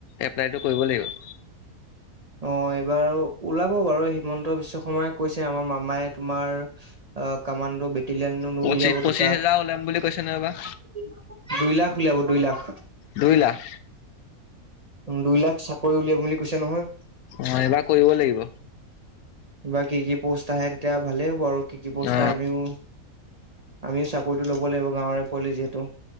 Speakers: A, on the left; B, on the right.
A: এপ্লাইটো কৰিব লাগিব।
B: অ', এইবাৰ ওলাব বাৰু হিমন্ত বিশ্ব শৰ্মাই কৈছে আমাৰ মামাই তোমাৰ আ, কামান ডো বেটেলিয়ান উলিয়াব
A: পঁচিশ পঁচিশ
B: দুটা,
A: হেজাৰ ওলাম বুলি কৈছে নহয় এইবাৰ
B: দুই লাখ উলিয়াব দুই লাখ।
A: দুই লাখ
B: দুই লাখ চাকৰি উলিয়াম বুলি কৈছে নহয়
A: অ', এবাৰ কৰিব লাগিব।
B: <unintelligible> কি কি প'ষ্ট আহে, তেতিয়া ভালেই হ'ব আৰু কি কি পোষ্ট
A: অ
B: আহে আমিও আমি চাকৰিটো ল'ব লাগিব গাঁৱৰে <unintelligible> যিহেতু,